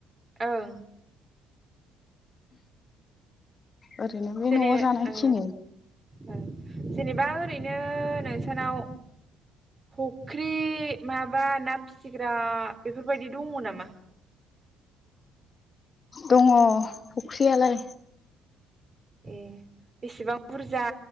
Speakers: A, on the right; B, on the left.
A: ओं
B: ओरैनो बे
A: जेरे
B: न'आव जानायखिनि
A: ओ ओ जेनेबा ओरैनो नोंसानाव फख्रि माबा नाब फिसिग्रा बेफोरबायदि दङ नामा?
B: दङ। फख्रियालाय
A: ए बेसेबां बुरजा?